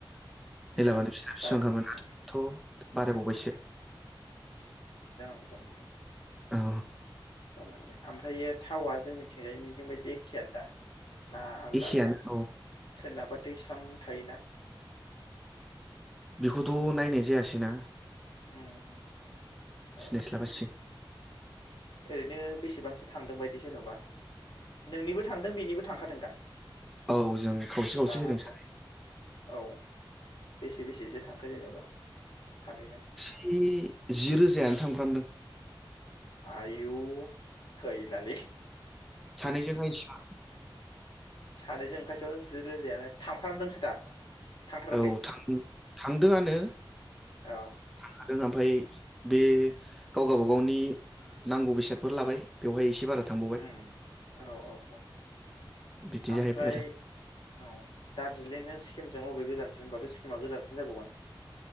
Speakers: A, in the centre; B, on the left (about 65°).
A: <inaudible>
B: उम
A: हेलाबानो फिसिना फिसांखामोन
B: दाबो अ
A: दाथ' बारायबावबायसो।
B: <unintelligible>
A: औ
B: जाला लै ओमफ्रायो थावा जोंनिथिंजायनिजों बायदि एखेयानो दा। ना आलदा
A: एखेयानो
B: आलदा?
A: औ
B: सोरनाबा दैस्रां थायोना।
A: बेखौथ' नायनाय जायासै ना।
B: उम औ
A: सिनायस्लाबासै
B: ओरैनो बेसेबांसो थांदों बायदि जेनबा नोंनिबो थांदों बेनिबो थांखादों दा
A: औ जों खावसे खावसे
B: रांआथ'।
A: होदों सानै
B: औ बेसे बेसेसो थांखो जेनबा। सानैजों?
A: जि जि रोजायानो थांफ्रामदों।
B: आयु गैलालै
A: सानैजोंहाय इसिबां
B: सानैजों ओंखायथ' जि रोजायानो थामफ्रामदोंसो दा? थांथाराखै
A: औ थां थांदोंआनो
B: अ
A: थांखादों ओमफ्राय बे गाव गावबागावनि नांगौ बेसादफोर लाबाय बेवहाय एसे बारा थांबावबाय
B: उम औ औ औ।
A: बिदि
B: ओमफ्राय
A: जाहैबाय आरो
B: औ दार्जिलिंजों सिक्किमजों अबे गोजानसिन होनबाथ' सिकिमा गोजानसिन जाबावगोन।